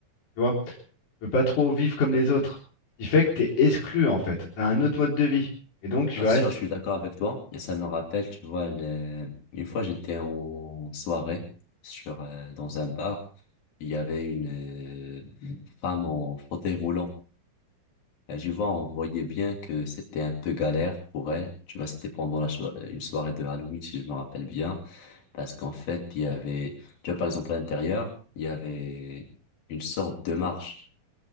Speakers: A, on the left; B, on the left.
A: Tu vois? Tu peux pas trop vivre comme les autres. Ce qui fait que t'es exclu, en fait. T'as un autre mode de vie. Et donc, tu
B: Bien
A: restes.
B: sûr, je suis d'accord avec toi. Et ça me rappelle, tu vois, le- une fois j'étais en soirée sur, euh, dans un bar. Il y avait une euh, femme en fauteuil roulant. Et je vois, on voyait bien que c'était un peu galère pour elle. Tu vois, c'était pendant la so- euh, une soirée de Halloween, si je me rappelle bien. Parce qu'en fait, il y avait, tu vois, par exemple, à l'intérieur, il y avait une sorte de marche.